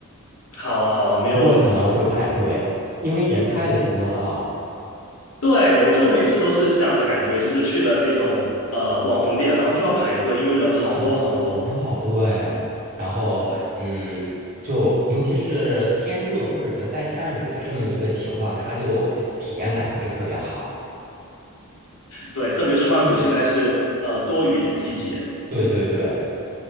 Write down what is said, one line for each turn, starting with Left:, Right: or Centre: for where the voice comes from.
Left: 好啊，好啊，没有问题。
Right: 不过可能会排队，因为人太多了。
Left: 对，我就每次都是这样的感觉，就是去了那种呃网红店，然后就要排队，因为人好多好多。
Right: 对，人好多哎。然后，
Left: 对
Right: 嗯，就尤其是天热或者是在下雨的这么一个情况，它就体验感不是特别好。
Left: 对，特别是曼谷现在是呃多雨的季节。
Right: 嗯对对对，